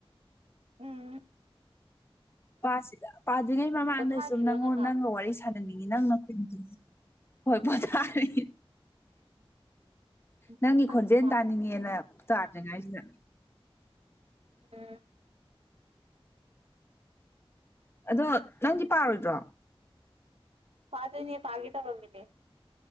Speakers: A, on the right (about 80°); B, on the left (about 25°).
A: ꯎꯝ
B: ꯄꯥꯁꯤꯗ ꯑꯄꯥꯗꯨ꯭ꯔꯤꯉꯩ ꯃꯃꯥꯡꯗ
A: ꯄꯣꯊꯥꯔꯤꯔꯣ
B: ꯁꯨꯝ ꯅꯪꯉꯣꯟ
A: ꯉꯥꯏꯍꯥꯛ
B: ꯅꯪꯒ ꯋꯥꯔꯤ ꯁꯥꯟ ꯆꯅꯤꯡꯉꯤ ꯅꯪ ꯅꯪꯈꯣꯟ ꯍꯣꯏ ꯄꯣꯊꯥꯔꯤ ꯅꯪꯒꯤ
A: ꯄꯣꯊꯥꯕ
B: ꯈꯣꯟꯖꯦꯜ
A: ꯃꯥꯟꯕ
B: ꯇꯥꯅꯤꯡꯉꯦꯅ ꯇꯥꯗ꯭ꯔꯤꯉꯥꯏꯁꯤꯗ
A: ꯎꯝ
B: ꯑꯗꯣ ꯅꯪꯗꯤ ꯄꯥꯔꯣꯏꯗ꯭ꯔꯣ
A: ꯄꯥꯗꯣꯏꯅꯦ ꯄꯥꯒꯦ‌ ꯇꯧꯔꯝꯃꯤꯅꯦ